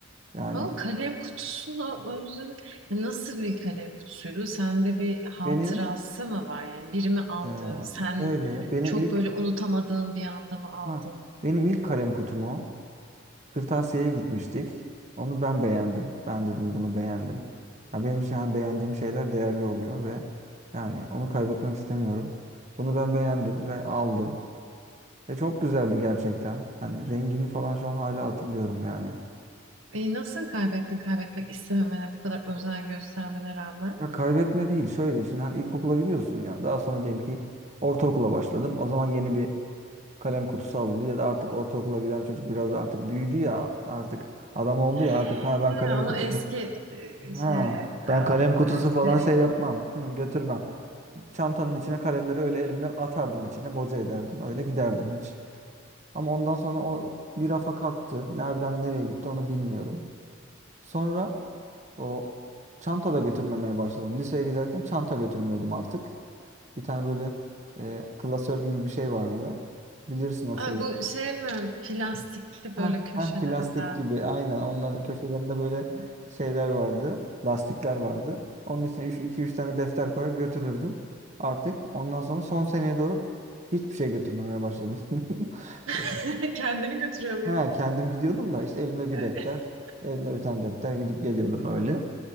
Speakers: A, on the right; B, on the right.
A: Yani
B: Ama kalem kutusunu özlemi Ya nasıl bir kalem kutusuydu? Sende bir hatırası
A: benim
B: mı var? Yani biri mi aldı?
A: eee
B: Sen
A: şöyle benim
B: çok
A: ilk
B: böyle unutamadığın bir anda mı aldın?
A: ha benim ilk kalem kutum o. Kırtasiye'ye gitmiştik. Onu ben beğendim. Ben dedim bunu beğendim. Ya benim için hani beğendiğim şeyler değerli oluyor ve yani onu kaybetmek istemiyorum. Bunu ben beğendim ve aldım. Ve çok güzeldi gerçekten. Hani rengini falan şu an hala hatırlıyorum yani.
B: E, nasıl kaybettin kaybetmek istememene bu kadar özen göstermene rağmen?
A: Ya kaybetme değil şöyle şimdi hani ilkokula gidiyorsun ya. Daha sonra diyelim ki ortaokula başladım. O zaman yeni bir kalem kutusu alındı ya da artık ortaokula giden çocuk biraz artık büyüdü ya. Artık adam oldu ya
B: Ha,
A: artık ha ben kalem
B: onu
A: kutusu
B: eski e,
A: Ha,
B: şeye
A: ben
B: aldılar,
A: kalem kutusu
B: eskilerin
A: falan şey
B: yanına.
A: yapmam. Hı, götürmem. Çantanın içine kalemleri öyle elimle atardım içine, boca ederdim. Öyle giderdim hiç. Ama ondan sonra o bir rafa kalktı. Nereden nereye gitti onu bilmiyorum. Sonra o çanta da götürmemeye başladım. Liseye giderken çanta götürmüyordum artık. Bir tane böyle e, klasör gibi bir şey vardı. Bilirsin o
B: Ay,
A: şey.
B: bu şey mi? Plastikli böyle
A: Heh,
B: köşelerinden.
A: heh, plastik gibi aynen onların köşelerinde böyle şeyler vardı. Lastikler vardı. Onun için iki üç tane defter koyar götürürdüm. Artık ondan sonra son seneye doğru hiçbir şey götürmemeye başladım. <laughs>
B: <laughs>
A: Yani,
B: Kendini götürüyor muydun?
A: he, he, kendim gidiyordum da işte elime bir
B: <laughs>
A: defter, elimde bir tane defter gidip geliyordum öyle.